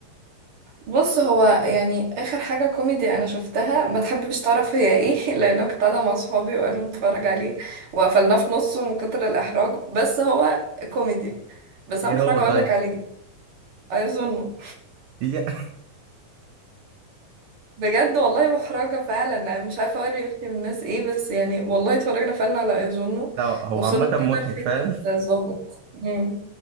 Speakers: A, on the right; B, on the right.
A: بص هو يعني اخر حاجة كوميدي انا شفتها ما تحبش تعرف هي ايه <laughs> لان أنا كنت قاعدة مع صحابي وقالوا نتفرج عليه وقفلناه في نصه من كتر الاحراج بس هو كوميدي بس
B: ايه
A: انا محرجة
B: هو
A: اقولك
B: طيب
A: عليه اظنه
B: إيه-
A: بجد والله محرجة فعلا انا مش عارفة اوري وشي من الناس ايه بس يعني والله اتفرجنا فعلا على ايظنه
B: <laughs> هو
A: وصلنا
B: عامه
A: كده
B: مضحك
A: لفكرة
B: فعلا
A: الظابط امم.